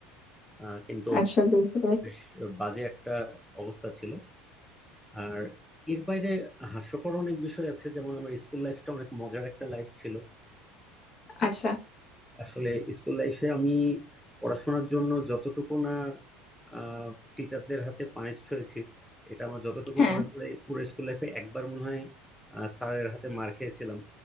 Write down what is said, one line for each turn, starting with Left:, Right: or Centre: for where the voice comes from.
Centre: আহ, কিন্তু
Left: আচ্ছা বুঝতে পেরেছি।
Centre: বেশ বাজে একটা অবস্থা ছিল আর এর বাইরে হাস্যকর অনেক বিষয় আছে যেমন আমার স্কুল লাইফটা অনেক মজার একটা লাইফ ছিল
Left: আচ্ছা
Centre: আসলে স্কুল লাইফে আমি পড়াশোনার জন্য যতটুকু না আহ, টিচারদের হাতে পানিশড হয়েছি এটা আমার যতটুকু
Left: হ্যাঁ
Centre: মনে পড়ে পুরো স্কুল লাইফে একবার মনে হয় আহ, স্যারের হাতে মার খেয়েছিলাম